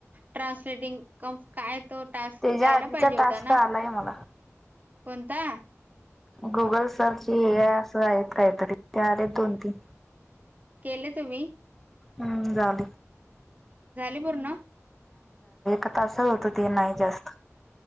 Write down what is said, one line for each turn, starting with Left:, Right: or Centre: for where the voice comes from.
Right: ट्रान्सलेटिंग काय तो टास्क
Centre: त्याच्या
Right: द्यायला
Centre: आधीचा
Right: पाहिजे
Centre: टास्क
Right: होता ना
Centre: आलाय मला
Right: कोणता
Centre: गुगल सर्च हे आहे असं आहेत काहीतरी ते आले दोन तीन
Right: केले तुम्ही
Centre: हम्म झाले
Right: झाले पूर्ण
Centre: आता अस होत ते नाही जास्त